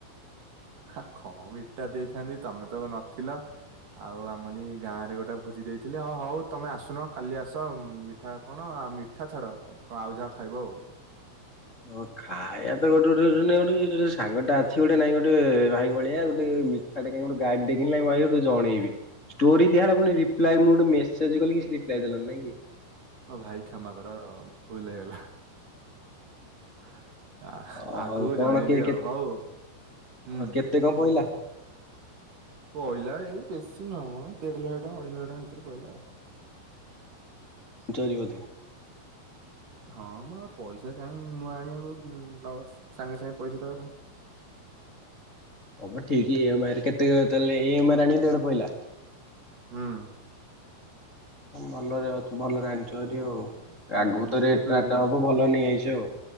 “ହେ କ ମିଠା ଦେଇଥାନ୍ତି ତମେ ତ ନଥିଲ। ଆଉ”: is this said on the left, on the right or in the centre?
Right